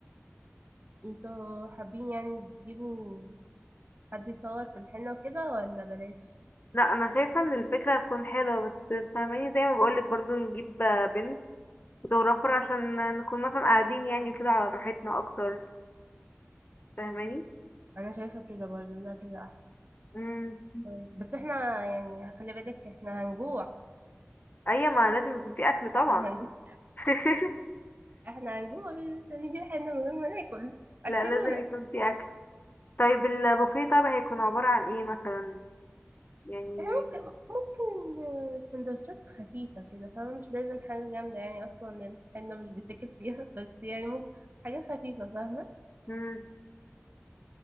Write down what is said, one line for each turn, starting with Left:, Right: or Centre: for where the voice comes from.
Right: انتوا حابين يعني تجيبوا حد يصور في الحنة وكده ولا بلاش
Left: لا انا شايفه ان الفكره هتكون حلوه بس فاهماني زي ما بقولك برضو نجيب آه، بنت فوتوغرافر عشان نكون مثلا قاعدين يعني كده على راحتنا اكتر فاهماني
Right: انا شايفة كده برضو ده كده احسن
Left: مم.
Right: طيب بس احنا يعني خلي بالك احنا هنجوع
Left: ايوه ما لازم يكون في اكل طبعا
Right: احنا هنجوع <laughs>
Left: <laughs>
Right: احنا هنجوع مش هنجيب حنة من غير ما ناكل اكلونا
Left: لا لازم يكون في اكل طيب البوفيه طبعا هيكون عباره عن ايه مثلا يعني
Right: احنا ممكن ممكن آه، سندوتشات خفيفة كده فاهمة مش لازم حاجة جامدة يعني اصلا الحنة مش بتكت فيها <laughs> بس يعني ممكن حاجة خفيفة فاهمة
Left: مم.